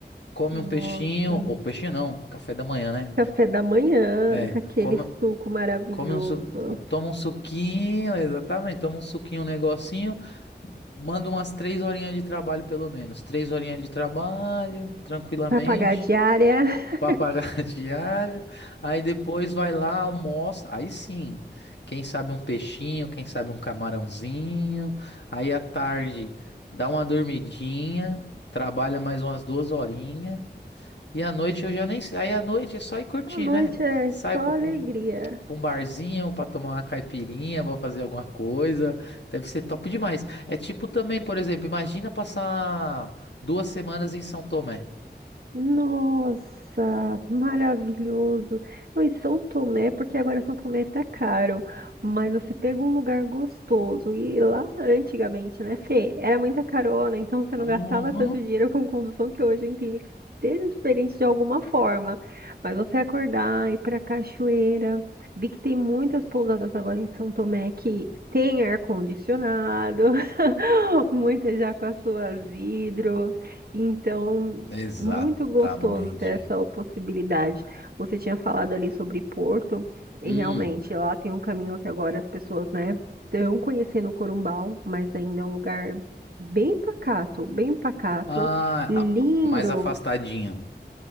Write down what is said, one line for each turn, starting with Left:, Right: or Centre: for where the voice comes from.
Left: Come
Right: Nossa.
Left: um peixinho, ou peixinho não, café da manhã, né?
Right: Café da manhã,
Left: É,
Right: com aquele
Left: come,
Right: suco maravilhoso.
Left: Come um su... Toma um suquinho, exatamente. Toma um suquinho, um negocinho. Manda umas três horinhas de trabalho, pelo menos. Três horinhas de trabalho, tranquilamente,
Right: Pra pagar a diária.
Left: <laughs> pra
Right: <laughs>
Left: pagar a <laughs> diária. Aí depois vai lá, almoça. Aí sim, quem sabe um peixinho, quem sabe um camarãozinho. Aí à tarde dá uma dormidinha, trabalha mais umas duas horinhas. E à noite eu já nem sei. Aí à noite é só ir curtir,
Right: A noite
Left: né?
Right: é
Left: Sai
Right: só
Left: pra
Right: alegria.
Left: um pra um barzinho, pra tomar uma caipirinha, pra fazer alguma coisa. Deve ser top demais. É tipo também, por exemplo, imagina passar duas semanas em São Tomé.
Right: Nossa, maravilhoso. Não, E São Tomé, porque agora São Tomé tá caro, mas você pega um lugar gostoso. E lá antigamente, né, Fê, era muita carona, então você
Left: Uhum.
Right: não gastava tanto dinheiro com condução que hoje eu entendo que seja diferente de alguma forma. Mas você acordar, ir pra cachoeira. Vi que tem muitas pousadas agora em São Tomé que tem ar-condicionado, <laughs> muitas já com as suas hidros. Então,
Left: Exatamente.
Right: muito gostoso ter essa possibilidade. Você tinha falado ali sobre Porto, e
Left: Hum.
Right: realmente lá tem um caminho que agora as pessoas, né, estão conhecendo Corumbau, mas ainda é um lugar bem pacato, bem pacato,
Left: Ah,
Right: lindo,
Left: ah, mais afastadinho.